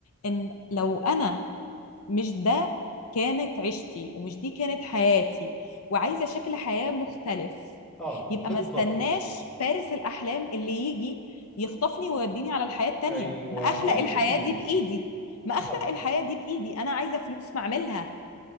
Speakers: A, on the left (about 70°); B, in the centre.
A: ان لو انا مش ده كانت عيشتي ومش دي كانت حياتي وعايزة شكل حياة مختلف
B: اه
A: يبقى
B: بالضبط
A: ما استناش فارس الأحلام اللي يجي يخطفني ويوديني على الحياة التانية
B: ايوه
A: ما أخلق
B: 100%
A: الحياة دي بإيدي ما أخلق
B: اه
A: الحياة دي بإيدي أنا عايزة فلوس ما أعملها